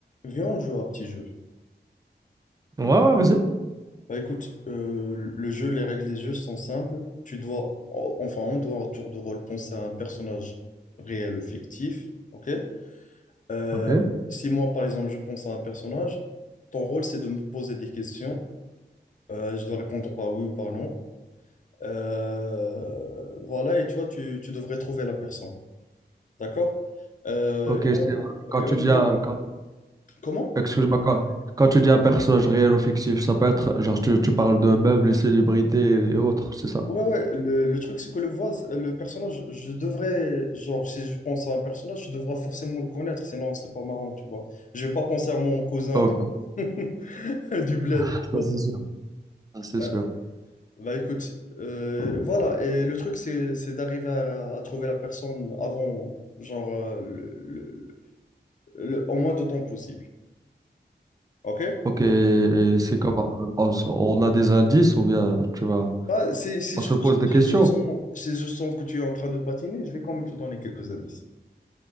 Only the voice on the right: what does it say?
Ouais, ouais, vas-y.
Ok.
Ok,
c'est quand
tu
dis un- quand-
excuse-moi, quand, quand tu dis un personnage réel ou fictif, ça peut être genre tu, tu parles de meubles et célébrités et autres, c'est ça.
Ok.
Ah,
ça c'est sûr. Ça c'est
sûr.
Ok, et et c'est comment? On, s- on a des indices ou bien tu vas.
On
se pose des
questions.